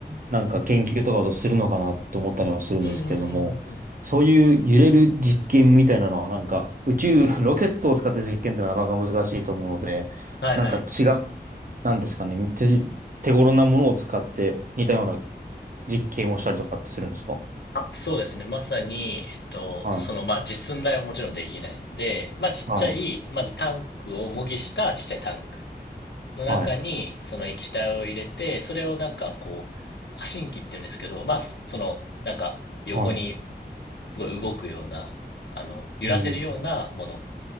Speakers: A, on the right; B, on the left.
A: なんか研究とかをするのかなと思ったりもするんですけれども、
B: うんうんうんうんうん。
A: そういう揺れる実験みたいなのはなんか宇宙、<laughs> ロケットを使って実験ってのはなかなか難しいと思うので、
B: はいはい。
A: なんか違う、なんですかね、手じ、手頃なものを使って似たような実験をしたりとかってするんですか
B: あ、そうですね。まさに、えっと、
A: はい。
B: その、まあ、実寸大はもちろんできないので、まあ、ちっちゃい、
A: はい。
B: まずタンクを模擬したちっちゃいタンクの中に、
A: はい。
B: その液体を入れて、それをなんかこう、過信機って言うんですけど、まあ、そその、なんか、横に
A: はい。
B: すごい動くような、あの、揺らせるようなもの
A: うん